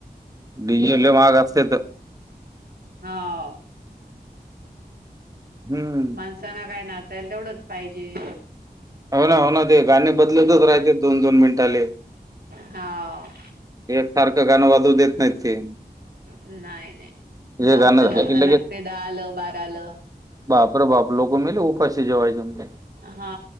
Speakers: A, on the right; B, on the right.
A: डि जे लई माहाग असतेत.
B: ह वो.
A: हम्म
B: माणसाांना काय नाचायला तेवढंच पाहिजे.
A: हो ना हो ना ते गाणे बदलतच राहाय तेत दोन दोन मिनिटाले
B: हा वो
A: एक सारखं गाणं वाजवू देत नाही ते
B: नाही नाही
A: हे
B: नऊच
A: गाणं
B: लग्न
A: झालं की
B: लागते दहाल बाराल.
A: बापर बाप लोक मेले उपाशी जेवायच म्हणजे
B: हा